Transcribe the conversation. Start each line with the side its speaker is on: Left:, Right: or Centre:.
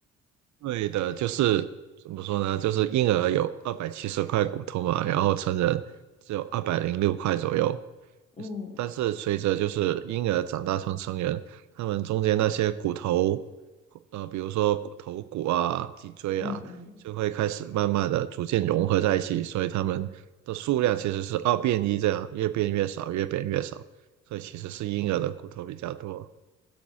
Right: 对的，就是怎么说呢？就是婴儿有二百七十块骨头嘛，然后成人只有二百零六块左右。
Left: 嗯
Right: 但是随着就是婴儿长大成成人，他们中间那些骨头，呃，比如说骨头骨啊、脊椎啊，
Left: 嗯嗯，
Right: 就会开始慢慢的逐渐融合在一起，所以他们的数量其实是二变一这样，越变越少，越变越少。所以其实是婴儿的骨头比较多。